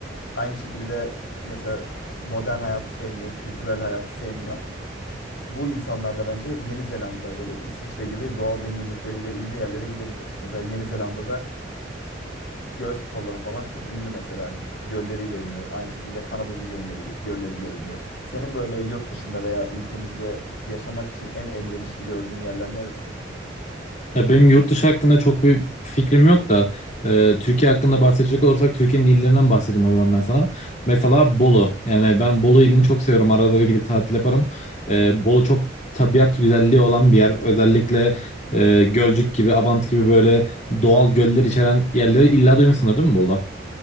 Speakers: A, on the left; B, on the left.
A: Aynı şekilde mesela modern hayatı sevmiyor, kültürel hayatı sevmiyor. Bu insanlar da bence Yeni Zelanda böyle İsviçre gibi doğal zenginlikleriyle ünlü yerlere gidebilir. Mesela Yeni Zelanda'da göl sporları falan çok ünlü mesela. Gölleriyle ünlü. Aynı şekilde Kanada'da gölleri, gölleriyle ünlü. Senin böyle yurt dışında veya ülkemizde yaşamak için en elverişli gördüğün yerler neresi?
B: Ya benim yurt dışı hakkında çok bir fikrim yok da e, Türkiye hakkında bahsedecek olursak Türkiye'nin illerinden bahsedeyim o zaman ben sana. Mesela Bolu. Yani ben Bolu ilini çok seviyorum. Arada da gidip tatil yaparım. E, Bolu çok tabiat güzelliği olan bir yer. Özellikle e, Gölcük gibi, Abant gibi böyle doğal göller içeren yerleri illa duymuşsundur değil mi Bolu'da?